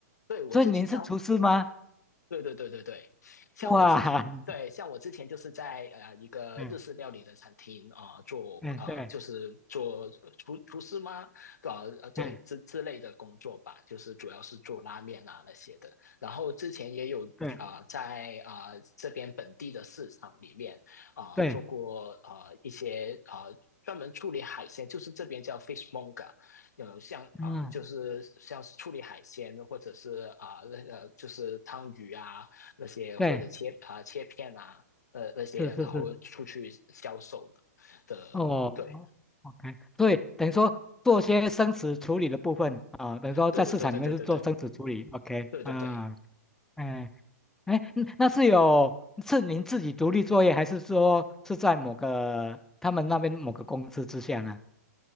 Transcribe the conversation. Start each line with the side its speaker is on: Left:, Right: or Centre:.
Left: 对我之前像
Centre: 所以您是厨师吗？
Left: 对对对对对，像我之前对，
Centre: 哇，<laughs>
Left: 像我之前就是在呃一个日式料理的餐厅啊、
Centre: 嗯
Left: 呃做啊就是做厨厨师吗？
Centre: 嗯，对，
Left: 啊呃对之之类的工作吧，
Centre: 嗯
Left: 就是主要是做拉面啊那些的。然后之前也有啊、
Centre: 对
Left: 呃在啊、呃这边本地的市场里面啊、
Centre: 对，
Left: 呃做过啊一些啊专门处理海鲜，就是这边叫 fishmonger 呃像啊、
Centre: 嗯
Left: 呃就是像是处理海鲜或者是啊那呃就是汤鱼啊那些或者切啊、
Centre: 对，
Left: 呃切片啊呃那些，
Centre: 是是是。
Left: 然后出去销售的的，
Centre: 哦哦，OK，
Left: 对
Centre: 对，等于说做些生词处理的部分啊，等于说在市场里面是做生词处理，OK，
Left: 对对对对对对对对对对对。
Centre: 啊，哎哎，嗯那是有是您自己独立作业，还是说是在某个他们那边某个公司之下呢？